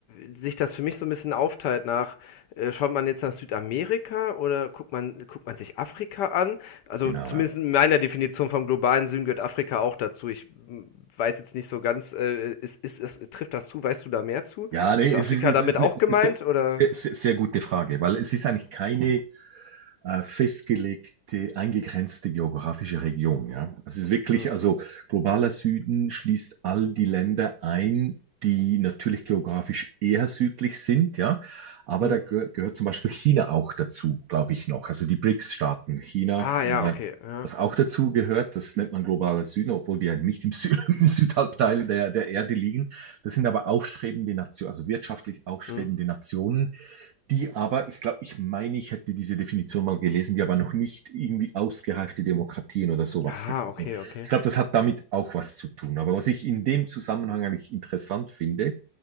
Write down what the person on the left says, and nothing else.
sich das für mich so ein bisschen aufteilt nach, äh, schaut man jetzt nach Südamerika oder guckt man, guckt man sich Afrika an? Also
zumindest
in meiner Definition vom globalen Süden gehört Afrika auch dazu. Ich m, weiß jetzt nicht so ganz, äh, ist, ist, ist, trifft das zu? Weißt du da mehr zu?
Ist
Afrika
damit
auch
gemeint oder?
Hm.
Hm.
Ah ja,
okay. Ja.
Mhm.
Mhm.
Ah,
okay, okay.